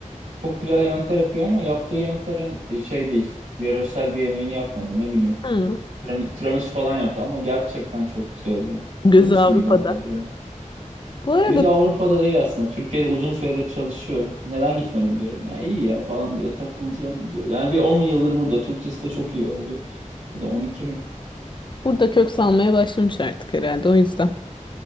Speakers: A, on the right; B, on the left.
A: Çok güzel yemekler yapıyor ama yaptığı yemeklerin e, şey değil. Yöresel bir yemeğini yapmadı. Ne bileyim.
B: Hı.
A: Tiram- Tiramisu falan yaptı ama gerçekten çok güzel oluyor.
B: Gözü
A: Tiramisu
B: Avrupa'da.
A: muydu onun adı ya?
B: Bu arada
A: Gözü Avrupa'da değil aslında. Türkiye'de uzun süredir çalışıyor. Neden gitmedim diyorum. Ya iyi ya falan diyor. Takılacağım diyor. Yani bir 10 yıldır burada. Türkçesi de çok iyi oldu. Ya da 12 mi?
B: Burada kök salmaya başlamış artık herhalde. O yüzden